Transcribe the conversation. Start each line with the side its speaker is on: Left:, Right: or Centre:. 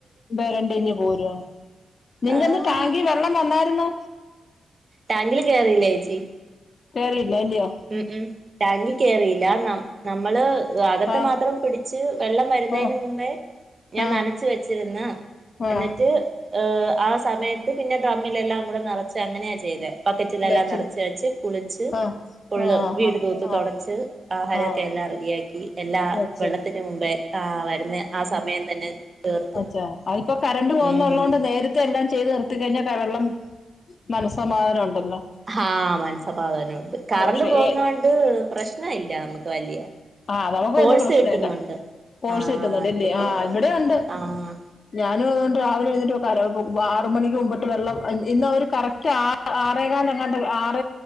Left: വ രണ്ടിഞ്ഞ പോര നിങ്ങന്ന്
Right: ആഹ്
Left: ടാങ്കി വെള്ളം വന്നായിരുന്നോ
Right: ടാങ്കില് കേറില്ലേ ചേച്ചി
Left: കെറിയില്ല ഇല്ലയോ
Right: ഉം ഉം ടാങ്കി കയറിയില്ല ന നമ്മള് അകത്ത്
Left: ആഹ്
Right: മാത്രം പിടിച്ച് വെള്ളം വരുന്നതിന്
Left: ഓ
Right: മുമ്പേ ഞാൻ
Left: ആഹ്
Right: നനച്ച് വെച്ചിരിന്ന്
Left: ആഹ്
Right: എന്നിട്ട് ആഹ് സമയത്ത് പിന്നെ ഡ്രമ്മിലെല്ലാം കൂടെ നിറച്ച് അങ്ങനെയാ ചെയ്തത് ബക്കറ്റിലെല്ലാം
Left: വെച്ച്
Right: നിറച്ച് വച്ച് കുളിച്ച്
Left: ആഹ്
Right: ഫുള്ള്
Left: ആഹ്
Right: വീട് തൂത്ത്
Left: ആഹ്
Right: തുടച്ച് ആഹാരമൊക്കെ
Left: ആഹ്
Right: എല്ലാം റെഡിയാക്കി എല്ലാ
Left: വെച്ച്
Right: വെള്ളത്തിന് മുമ്പേ ആഹ് വരുന്ന ആഹ് സമയം തന്നെ തീർത്തു
Left: വെച്ചാ അതിപ്പോ കറണ്ട് പോകുന്നള്ളത്
Right: ഉം
Left: കൊണ്ട് നേര ത്തെ എല്ലാം ചെയ്ത് നിർത്തി കഴിഞ്ഞാൽ വെള്ളം മനസ്സമാധാനം ഉണ്ടല്ലോ
Right: ആഹ് മനസ്സമാധാനുണ്ട് കറണ്ട്
Left: പക്ഷെ
Right: പോകുന്നോണ്ട്
Left: ഏ
Right: പ്രശ്ന ഇല്ല നമുക്ക് വലിയ
Left: ആഹ് നമുക്ക്
Right: ഫോഴ്സ്
Left: വന്ന പ്രശ്ന
Right: കിട്ടുന്നുണ്ട്
Left: ഇല്ല <unintelligible>
Right: ആഹ്
Left: കിട്ടുന്നു അല്ലയോ
Right: നമുക്ക്
Left: ആഹ് ഇവിടെുണ്ട്
Right: ആഹ്
Left: ഞാനും അതുകൊണ്ട് രാവിലെ എഴിട്ട് ആറ് മണിക്ക് മുമ്പിട്ട് വെള്ളം ഇന്ന് അവര് കറക്റ്റ് ആറ ആറേകാല എങ്ങാ ആറ